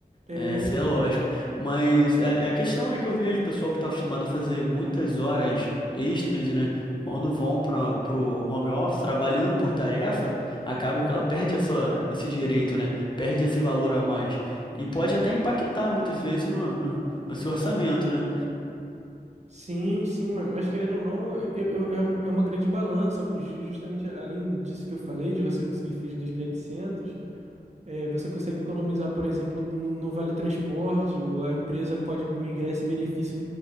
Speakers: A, on the right; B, on the left.
A: É.
B: É, isso é lógico. Mas é, é a questão, né, que eu vejo o pessoal que está acostumado a fazer muitas horas extras, né? Quando vão para o home office trabalhando por tarefa, acaba que ela perde essa, esse direito, né? Perde esse valor a mais. E pode até impactar muitas vezes no, no, no seu orçamento, né?
A: Sim, sim, ma- mas querendo ou não, eu- eu- é, um- é uma grande balança, porque ju- justamente além disso que eu falei, de você conseguir fugir dos grandes centros, é, você consegue economizar, por exemplo, no, no vale transporte, o- a empresa pode migrar esse benefício